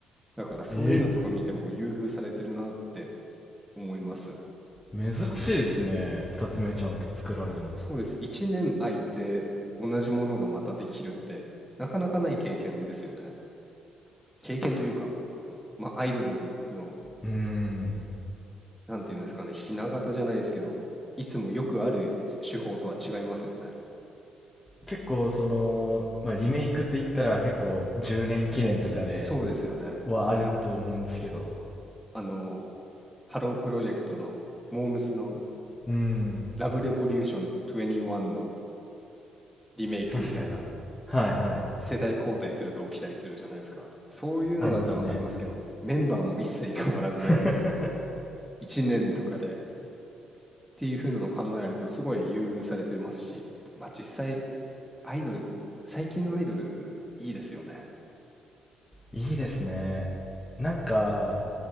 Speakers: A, in the centre; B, on the left.
A: だからそういうのとか見ても優遇されてるなって
B: ええ
A: 思います。
B: 珍しいですね2つ目ちゃんと作られるの
A: あ、そそうです。1年空いて同じものがまたできるってなかなかない経験ですよね。経験というか、まあ、アイドルの
B: うーん
A: なんていうんですかね、ひな形じゃないですけど、いつもよくある手法とは違いますよね。
B: 結構その、まあ、リメイクって言ったら結構10年記念とかで
A: きそうですよね。
B: はあると思うんですけど
A: なんか、あの、ハロープロジェクトの、モームスの
B: うーん、
A: ラブレボリューション21のリメイクみたいな、
B: 確かに。はいはい。
A: 世代交代すると起きたりするじゃないですか。そういうのだったらわかりますけど、
B: ありますね。
A: メンバーも一切変わらず、
B: <laughs>
A: 1年とかでっていう風なのを考えると、すごい優遇されてますし、まあ実際、アイドル、最近のアイドル、いいですよね。
B: いいですね。なんか、